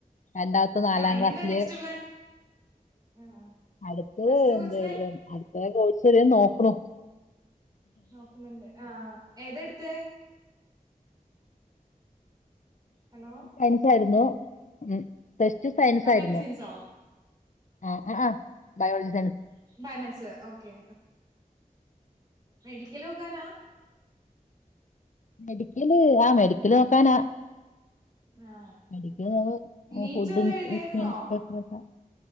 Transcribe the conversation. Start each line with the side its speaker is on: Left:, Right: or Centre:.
Left: രണ്ടാമത്തെ നാലാം
Right: ആ ഇനി
Left: ക്ലാസില്
Right: എന്താ നെക്സ്റ്റ് പ്ലാൻ ആ
Left: അടുത്ത്
Right: പ്ലസ് ടു
Left: എന്ത
Right: കൊച്ചിനെ
Left: അടു കോഴ്സ് വേറെ നോക്കണു
Right: നോക്കുന്നുണ്ട് ആഹ് ഏതെടുത്തെ ഹലോ
Left: സയൻസ് ആരുന്നു ഉം പ്ലസ്ടു സയൻസ്
Right: കമ്പ്യൂട്ടർ
Left: ആയിരുന്നു
Right: സയൻസോ
Left: ആഹ്ഹാ ബയോളജി
Right: <unintelligible> ഓകെ മെഡിക്കൽ നോക്കാനാ
Left: <unintelligible> ആഹ് മെഡിക്കല് നോക്കാനാ
Right: ആ
Left: പഠിക്കുന്നത്
Right: നീറ്റ്
Left: ഫുഡ്
Right: വല്ലോം എഴുതിയായിരുന്നോ
Left: ഇൻസ്പെക്ടർക്കാ